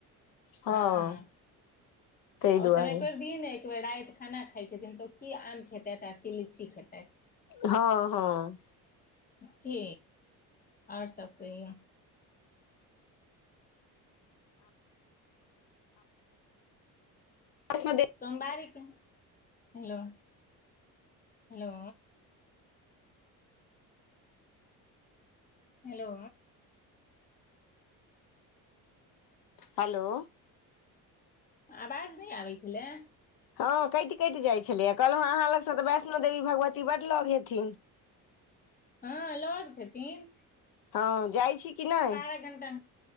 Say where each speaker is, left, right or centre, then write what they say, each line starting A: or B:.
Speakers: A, on the left; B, on the left.
A: हँ
B: ह
A: ताहि
B: आ ओसभ
A: दुआरे
B: एक बेेर दिन एक बेर राति खाना खाइत छथिन तऽ ओ की आम खेतथि आ की लीची खेतैथ
A: हँ हँ
B: की आओर सब कहियो
A: <unintelligible> दे।
B: सोमवार के हेलो हेलो। हेलो।
A: हेलो।
B: आवाज नहि आबै छलैय।
A: हँ कटि कटि जाइत छलैए कहलहुँ अहाँ लगसँ तऽ वैष्णो देवी भगवती बड लग हेथिन।
B: हँ लग छथिन।
A: हँ जाइ छी। कि नहि
B: बारह घण्टा